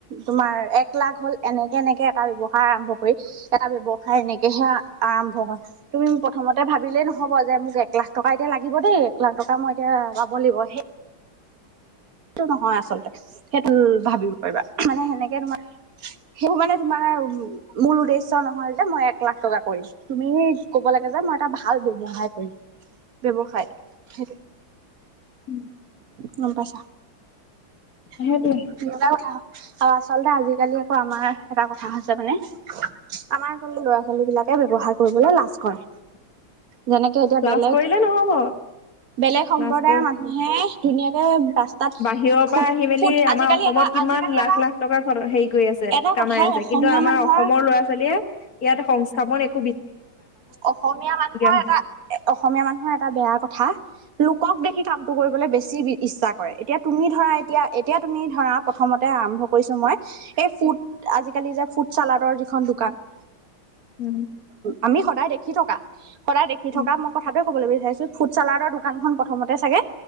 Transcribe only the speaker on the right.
তোমাৰ এক লাখ হ'ল এনেকে এনেকে এটা ব্যৱসা সায় আৰম্ভ কৰি এটা ব্যৱসায় এনেকেহে আৰম্ভ হয়, তুমি প্ৰথমতে ভাবিলেই নহ‌ হ'ব যে মোক এক লাখ টকা এতিয়া লাগিব দেই, এক লাখ টকা মই এতিয়া পাব লাগিব সেই সেটো নহয় আচলতে, সেইটো ভাবিব পাৰিবা মানে সেনেকে তোমাৰ সেইবোৰ মানে তোমাৰ মূল উদ্দেশ্য নহয় যে মই এক লাখ টকা কৰিম তুমি ক'ব লাগে যে মই এটা ভাল ব্যৱসায় সহায় কৰিম ব্যৱসায় সেইটোৱে।
গম পাইছা?
<inaudible> আৰু আচলতে আজিকালি আৌ আমাৰ এটা কথা হৈছে মানে আমাৰ আচলতে ল'ৰা ছোৱালী বিলাকে ব্যৱ হায় কৰিবলৈ লাজ কৰে
যেনেকে এতিয়া
বেলেগ
বেলেগ সম্প্ৰদায়ৰ
মানুহে ধুনীয়াকে ৰাস্তাত
ফুট
ফুট আজিকালি
এটা
আজিকালি
এটা
এটা
কথাই
অসমীয়া
মানুহৰ
অসমীয়া মানুহৰ
এটা অসমীয়া মানুহৰ এটা বেয়া কথা লোকক দেখি কামটো কৰিবলৈ বেছি ইচ্ছা কৰে এতিয়া তুমি ধৰা এতিয়া এতিয়া তুমি ধৰা প্ৰথমতে আৰম্ভছ মই এই ফু আজিকালি যে ফু চালডৰ যিখন দোকান
আমি সদায় দেখি থকা কৰা দেখি
থকা মই কথাটে ক'বলৈ বিচাৰিছো ফুড চালাৰৰ দোকানখন প প্ৰথমতে চাগে